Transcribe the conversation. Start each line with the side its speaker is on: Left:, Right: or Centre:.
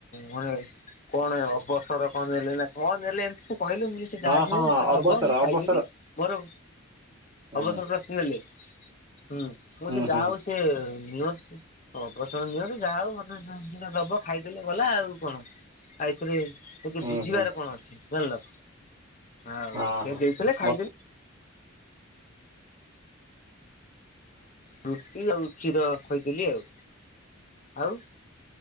Left: ମାନେ କଣ ଅବସର କଣ ନେଲେ ନା କଣ ନେଲେ ଏମିତି। କହିଲୁ କିଏ ଯାହା
Right: ହଁ
Left: ଵି ହଉ
Right: ହଁ
Left: ମତେ ଦବ
Right: ଅବସର
Left: ମୁଁ ଖାଇଦେବି
Right: ଅବସର
Left: ମୋର
Right: ହୁଁ
Left: ଅବସରର। ବୁଝିଗଲି ହ୍ନୁ। ସେଯାହା
Right: ହୁଁ
Left: ଵି
Right: ହୁଁ
Left: ହଉ ମୁଁ ସେ ନିଅନ୍ତୁ। ଅବସର ନିଅ ଯାହା ହଉ ମତେ ସାଙ୍ଗେ ସାଙ୍ଗେ ଦବ ଖାଇଦେଵି ଗଲା ଆଉ କଣ ଆଉ ଏଥିରେ। ଏଠି
Right: ହୁଁ
Left: ବୁଝିବାର
Right: ହୁଁ
Left: କଣ ଅଛି ଜାଣିଲ। ଆଉ
Right: ହଁ
Left: ସେ
Right: ହଁ
Left: ଦେଇଥିଲେ ଖାଇଦେଵି।
Right: ମତେ
Left: ରୁଟି ଆଉ କ୍ଷୀର ଖାଇଦେଲି ଆଉ ଆଉ।